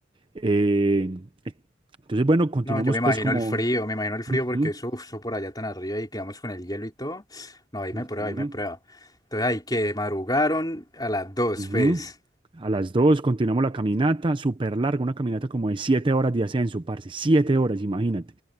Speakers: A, on the right; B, on the left.
A: Eh, entonces, bueno, continuamos
B: No, yo me imagino
A: pues como...
B: el frío, me imagino el frío
A: Ujú,
B: porque eso, uf, eso por allá tan arriba y quedamos con el hielo y todo. No, ahí me
A: ujú.
B: prueba, ahí me prueba. Entonces ahí que madrugaron a las 2,
A: Ujú.
B: pues.
A: A las 2 continuamos la caminata, súper larga, una caminata como de 7 horas de ascenso, parce, 7 horas, imagínate.